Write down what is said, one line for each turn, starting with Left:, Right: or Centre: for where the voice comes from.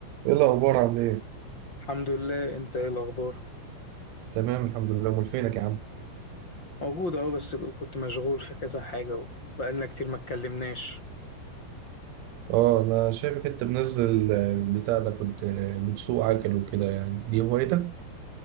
Right: ايه الاخبار عامل ايه
Left: الحمد لله انت ايه الاخبار
Right: تمام الحمد لله امال فينك يا عم
Left: موجود اهو بس كنت مشغول في كذا حاجه وبقالنا كتير ما اتكلمناش
Right: اه انا شايفك انت منزل آه، بتاع ده كنت آه، بتسوق عجل وكده يعني دي هوايتك